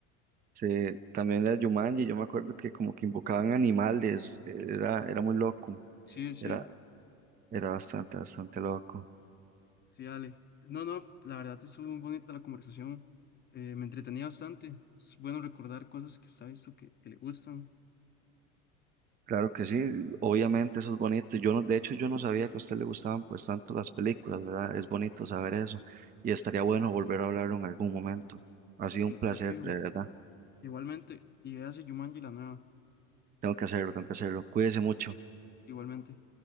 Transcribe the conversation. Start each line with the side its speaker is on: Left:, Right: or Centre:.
Right: Sí, también la Jumanji, yo me acuerdo que como que invocaban animales, era, era muy loco,
Left: Sí, sí.
Right: era, era bastante, bastante loco.
Left: Sí, dale. No, no. La verdad estuvo muy bonita la conversación. eh, me entretenía bastante. Es bueno recordar cosas que está visto que, que le gustan.
Right: Claro que sí, obviamente eso es bonito. Yo no, de hecho, yo no sabía que a usted le gustaban pues tanto las películas, ¿verdad? Es bonito saber eso y estaría bueno volver a hablarlo en algún momento. Ha sido
Left: Mm,
Right: un placer,
Left: De fijo.
Right: de verdad.
Left: Igualmente. Y véase Jumanji la nueva.
Right: Tengo que hacerlo, tengo que hacerlo. Cuídese mucho.
Left: Igualmente.